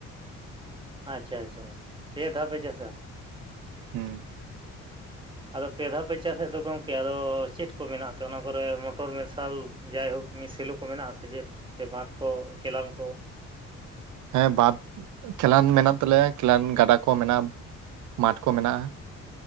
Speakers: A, on the right; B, on the right.
A: ᱟᱪᱪᱷᱟ ᱟᱪᱪᱷᱟ᱾ ᱯᱮ ᱫᱷᱟᱣ ᱯᱮ ᱪᱟᱥᱟ᱾
B: ᱦᱩᱸ᱾
A: ᱟᱫᱚ ᱯᱮ ᱫᱷᱟᱣ ᱯᱮ ᱪᱟᱥᱮᱫ ᱫᱚ ᱜᱚᱢᱠᱮ ᱟᱫᱚ ᱪᱮᱫ ᱠᱚ ᱢᱮᱱᱟᱜ ᱛᱮ ᱚᱱᱟ ᱠᱚᱨᱮ ᱢᱚᱴᱚᱨ ᱢᱮᱥᱟᱞ ᱡᱟᱭᱦᱳᱠ ᱥᱮᱞᱚ ᱠᱚ ᱢᱮᱱᱟᱜᱼᱟ ᱥᱮ ᱪᱮᱫ, ᱥᱮ ᱵᱟᱸᱫᱷ ᱠᱚ ᱠᱮᱞᱟᱱ ᱠᱚ?
B: ᱦᱮᱸ ᱵᱟᱸᱫᱽ, ᱠᱮᱞᱟᱱ ᱢᱮᱱᱟᱜ ᱛᱟᱞᱮᱭᱟ ᱠᱮᱞᱟᱱ ᱜᱟᱰᱟ ᱠᱚ ᱢᱮᱱᱟᱜᱼᱟ᱾ ᱢᱟᱴᱷ ᱠᱚ ᱢᱮᱱᱟᱜ